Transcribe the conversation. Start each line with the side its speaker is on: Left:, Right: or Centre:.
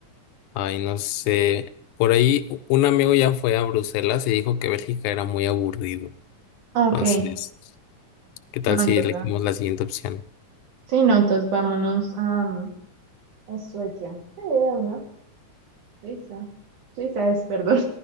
Left: Ay, no sé. Por ahí u- un amigo ya fue a Bruselas y dijo que Bélgica era muy aburrido.
Right: Ok,
Left: Entonces, ¿qué tal
Right: no,
Left: si
Right: entonces,
Left: elegimos la siguiente opción?
Right: sí, no, entonces vámonos a, a Suecia. Sí, de una. Suiza. Suiza es, perdón.